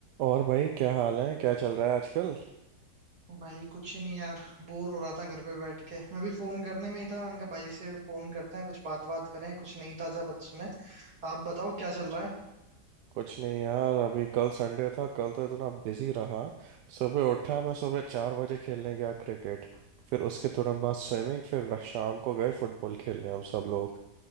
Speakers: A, on the right (about 80°); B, on the right (about 65°).
A: और भाई क्या हाल है क्या चल रहा है आजकल
B: भाई कुछ ही नहीं यार बोर हो रहा था घर पे बैठ के मैं भी फोन करने में ही था मैंने कहा भाई से फोन करते हैं कुछ बात बात करें कुछ नई ताजा बात सुने आप बताओ क्या चल रहा है
A: कुछ नहीं यार अभी कल संडे था कल तो इतना बिजी रहा सुबह उठा मैं सुबह चार बजे खेलने गया क्रिकेट फिर उसके तुरंत बाद स्विमिंग फिर र- शाम को गए फुटबॉल खेलने हम सब लोग